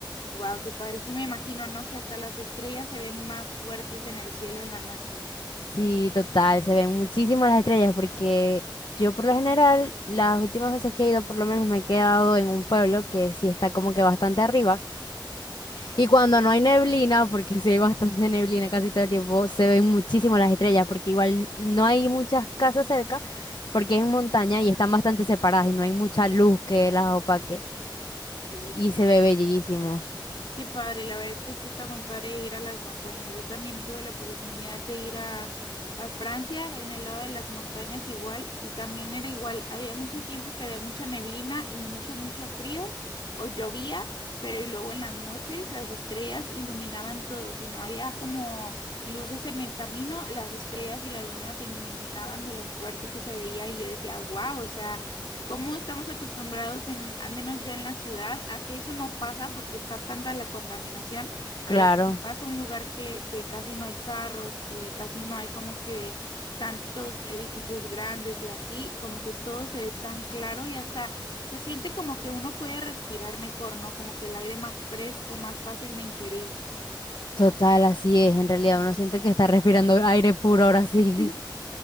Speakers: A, on the left; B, on the left.
A: Wow, qué padre. Sí me imagino, ¿no? Que hasta las estrellas se ven más fuertes en el cielo en la noche.
B: Sí, total, se ven muchísimo las estrellas porque yo por lo general las últimas veces que he ido por lo menos me he quedado en un pueblo que sí está como que bastante arriba y cuando no hay neblina, porque <laughs> sí hay bastante neblina casi todo el tiempo, se ven muchísimo las estrellas porque igual no hay muchas casas cerca porque es en montaña y están bastante separadas y no hay mucha luz que las opaque
A: Ok.
B: y se ve bellísimo,
A: Qué padre, la verdad que sí está muy padre ir a las montañas. Yo también tuve la oportunidad de ir a, a Francia, en el lado de las montañas igual, y también era igual. Había mucho tiempo que había mucha neblina y mucho, mucho frío, o llovía, pero y luego en las noches las estrellas iluminaban todo. Si no había como luces en el camino, las estrellas y la luna te iluminaban de lo fuerte que se veía y yo decía, wow, o sea... ¿Cómo estamos acostumbrados en, al menos yo en la ciudad, a que eso no pasa porque está tanta la contaminación?
B: claro,
A: Pero cuando vas a un lugar que, que casi no hay carros, que casi no hay como que tantos edificios grandes y así, como que todo se ve tan claro y hasta se siente como que uno puede respirar mejor, ¿no? Como que el aire más fresco, más fácil de ingerir.
B: total, así es, en realidad uno siente que está respirando aire puro ahora sí.
A: <laughs>